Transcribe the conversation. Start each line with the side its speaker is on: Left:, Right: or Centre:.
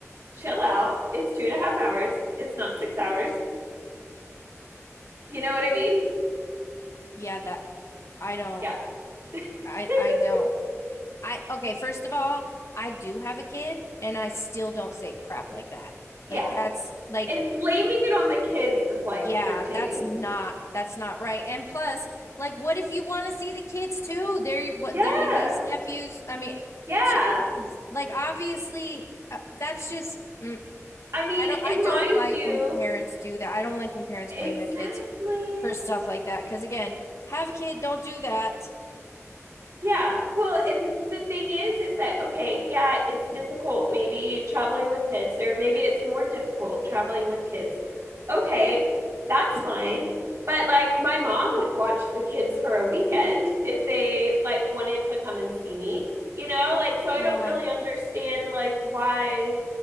Right: Chill out. It's two and a half hours. It's not six hours. You know what I mean?
Left: yeah, that I don't
Right: Yeah. <laughs>
Left: I I don't. I okay, first of all, I do have a kid and I still don't say crap like that.
Right: yeah.
Left: Like that's like
Right: And blaming it on the kids is like
Left: Yeah,
Right: irritating.
Left: that's not that's not right. And plus, like, what if you want to see the kids too? They're your- what
Right: Yeah.
Left: they're your niece, nephews. I mean,
Right: Yeah.
Left: geez, like obviously, uh, that's just mm,
Right: I mean,
Left: I don't
Right: and
Left: I don't
Right: mind
Left: like
Right: you,
Left: when parents do that. I don't like when parents
Right: exactly
Left: blame their kids for stuff like that. Because again, have a kid, don't do that.
Right: Yeah. Well, and the thing is, is that, okay, yeah, it's difficult maybe traveling with kids, or maybe it's more difficult traveling with kids. Okay, that's fine. But like my mom would watch the kids for a weekend if they like wanted to come and see me, you know? Like, so I
Left: Yeah.
Right: don't really understand like why